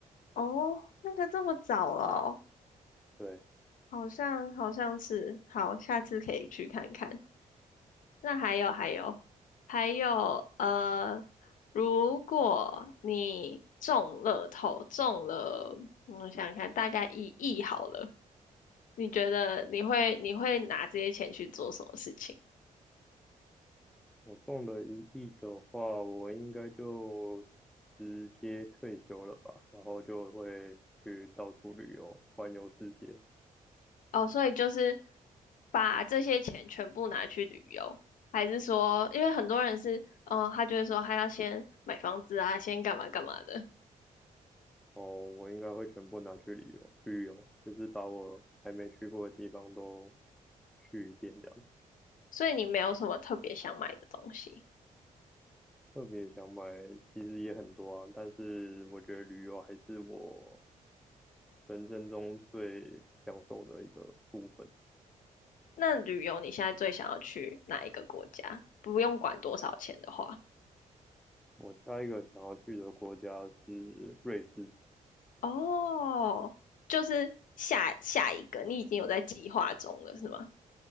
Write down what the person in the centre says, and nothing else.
对，
我中了一亿的话，我应该就直接退休了吧，然后就会去到处旅游，环游世界。
哦，我应该会全部拿去旅游，旅游就是把我还没去过的地方都去一遍这样子
特别想买，其实也很多啊，但是我觉得旅游还是我人生中最享受的一个部分。
我下一个想要去的国家是瑞士，